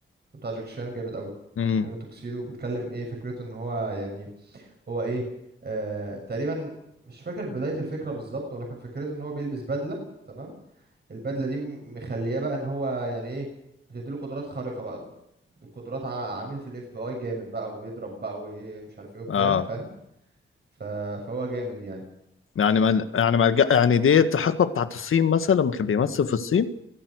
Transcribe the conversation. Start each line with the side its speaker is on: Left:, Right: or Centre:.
Right: بتاع جاكي شان جامد قوي
Left: امم
Right: فيلم توكسيدو بيتكلم ايه فكرته ان هو يعني هو ايه آه تقريبا مش فاكر بداية الفكرة بالظبط ولكن فكرته ان هو بيلبس بدلة تمام البدلة دي م- مخلياه بقى ان هو يعني ايه بتديله قدرات خارقة بقى قدرات ع- عميل في الاف بي اي جامد بقى وبيضرب بقى ومش عارف ايه وبتاع
Left: اه
Right: فاهم ف... فهو جامد يعني
Left: يعني ما يعني ما رجع- يعني دي حقبة بتاعت الصين مثلا لما كان بيمثل في الصين